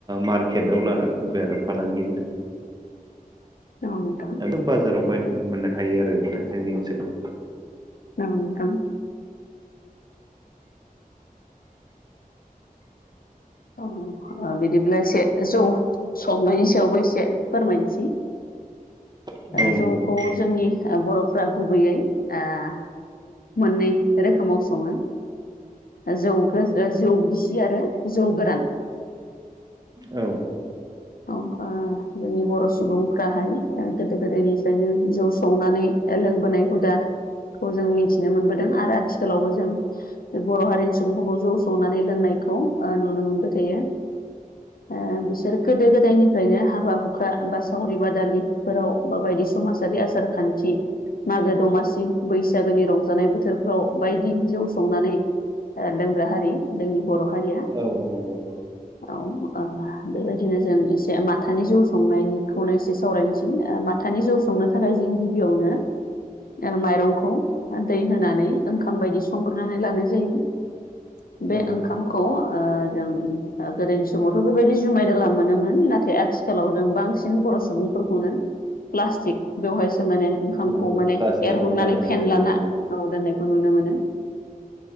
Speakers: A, on the right; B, on the left.
A: मार्केटाव लानानै फैबाय आरो फालांगिनि थाखाय।
B: औ नोंथां।
A: <unintelligible> बाजाराव बायनानै मोननो हायो आरो नोंथां जोंनि ओनसोलाव।
B: औ नोंथां। अ बिदिब्ला एसे जौ संनायनि सायावबो एसे फोरमायनोसै।
A: औ
B: ओ-जौखौ
A: नंगौ
B: जोंनि ओ-बर'फ्रा गुबैयै ओ-मोननै रोखोमाव सङो। ओ-जौ जौ गिसि आरो जौ गोरान।
A: औ
B: औ ओ- ओ-जोंनि बर' सुबुंफ्राहाय ओ-गोदो गोदायनिफ्रायनो जौ संनानै लोंबोनाय हुदा- खौ जों मिथिनो मोनबोदों आरो आथिखालावबो जों बे बर' हारिनि सुबुंफोरखौ जौ संनानै लोंनायखौ ओ-नुनो मोनबाय थायो। ओ- बिसोर गोदो गोदायनिफ्रायनो हाबा हुखा बा सावरि बादालिफोराव बा बायदि समाजारि आसार खान्थि। मागो दमासि बैसागुनि रंजानाय बोथोरफ्राव बायदि जौ संनानै ओ-लोंग्रा हारि जोंनि बर' हारिया।
A: औ नंगौ
B: औ आ बेबाय- दिनो जों एसे माथानि जौ संनायनिखौनो एसे सावरायनोसै ओ-माथानि जौ संनो थाखाय जों गिबियावनो ओ-माइरंखौ दै होनानै ओंखाम बायदि संग्रोनानै लानाय जायो। बे
A: नंगौ
B: ओंखामखौ ओ-जों ओ-गोदोनि समावथ' बेबायदि जुमाय गेला मोनोमोन नाथाय आथिखालाव जों बांसिन बर' सुबुंफोरखौनो प्लास्टिक बेवहायसो माने ओंखामखौ
A: नंगौ
B: माने
A: प्लास्टिकआव
B: एरहननानै
A: बाहायनाय
B: फेनलाना
A: नुनो मोनो
B: औ दोननायखौ नुनो मोनो।